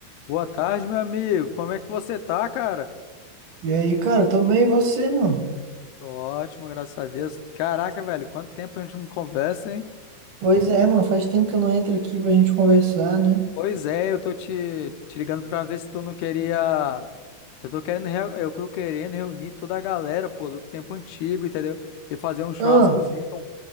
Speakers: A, on the left; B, on the right.
A: Boa tarde, meu amigo. Como é que você tá, cara?
B: E aí, cara, tô bem, e você, mano?
A: Tô Ótimo, graças a Deus. Caraca, velho, quanto tempo a gente não conversa, hein?
B: Pois é, mano, faz tempo que eu não entro aqui pra gente conversar, né?
A: Pois é, eu tô te, te ligando pra ver se tu não queria. Eu tô querendo, reu- eu tô querendo reunir toda a galera, pô, do tempo antigo, entendeu? E fazer um churrascozinho,
B: Ah,